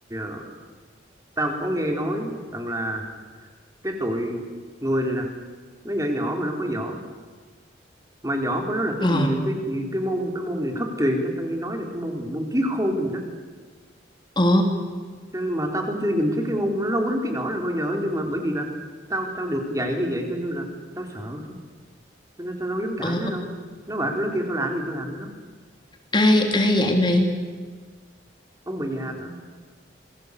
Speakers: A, on the right; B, on the left.
A: ờ, tao có nghe nói rằng là cái tụi người này nè, nó nhỏ nhỏ mà nó có võ. Mà võ của nó là
B: Ờ,
A: cái gì cái gì cái môn cái môn này thất truyền đó tao nghe nói là cái môn gì môn chí khôn gì đó
B: ờ,
A: Cho nên mà tao cũng chưa nhìn thấy cái môn nó nó quýnh cái vỏ này bao giờ nhưng mà bởi vì là tao tao được dạy như vậy cho nên là tao sợ thôi. cho nên tao đâu dám cãi
B: ờ.
A: nó đâu nó bảo nó kêu tao làm gì tao làm với nó
B: Ai, ai vậy mày?
A: ông bà già tao